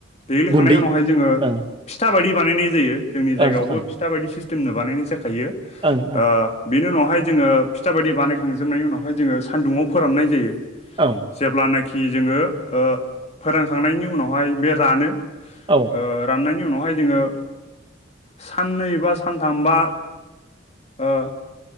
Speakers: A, on the left (about 35°); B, on the right (about 25°).
A: दैग्लिखांनायनि
B: गुन्दै
A: उनावहाय जोङो
B: ओं
A: फिथा बायदि बानायनाय जायो जोंनि जायगायावबो।
B: ओं ओं
A: टाबायदि <unintelligible> सिस्टेमनो बानायनाय जाखायो
B: ओं
A: आ बेनि उनावहाय जोङो फिथा बायदि बानायखांजोबनायनि उनावहाय जोङो सानदुङाव फोराननाय जायो।
B: औ
A: जेब्लानाखि जोङो ओ फोरानखांनायनि उनावहाय बे रानो।
B: औ
A: ओ राननायनि उनावहाय जोङो साननै एबा सानथामबा ओ